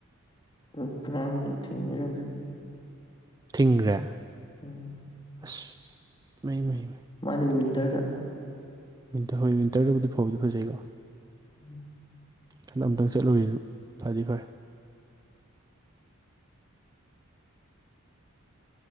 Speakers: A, on the left; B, on the right.
A: ꯑꯗꯨ <unintelligible>
B: ꯊꯤꯡꯈ꯭ꯔꯦ
A: ꯎꯝ
B: ꯑꯁ ꯃꯩ ꯃꯩ ꯃꯩ
A: ꯃꯥꯗꯤ ꯋꯤꯟꯇꯔꯗ
B: ꯋꯤꯟꯇꯔ ꯍꯣꯏ ꯋꯤꯟꯇꯔꯗꯕꯨꯗꯤ ꯐꯕꯨꯗꯤ ꯐꯖꯩꯀꯣ꯫
A: ꯎꯝ
B: ꯍꯟꯗꯛ ꯑꯃꯨꯛꯇꯪ ꯆꯠꯂꯨꯏꯌꯦ ꯐꯗꯤ ꯐꯔꯦ꯫